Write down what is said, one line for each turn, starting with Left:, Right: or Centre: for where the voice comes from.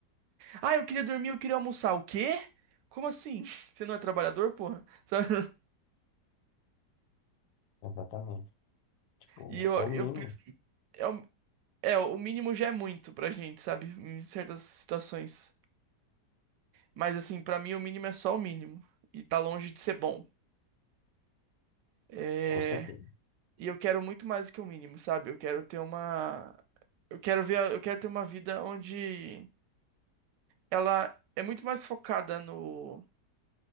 Right: Ah, eu queria dormir, eu queria almoçar. O quê? Como assim? <laughs> Você não é trabalhador, porra? <laughs> Sabe?
Left: Exatamente. Tipo,
Right: E eu,
Left: é o mínimo,
Right: eu penso. É, o- é, o mínimo já é muito pra gente, sabe? Em certas situações. Mas assim, pra mim o mínimo é só o mínimo. E tá longe de ser bom. É...
Left: com certeza.
Right: E eu quero muito mais do que o mínimo, sabe? Eu quero ter uma. Eu quero ver. a- Eu quero ter uma vida onde ela é muito mais focada no.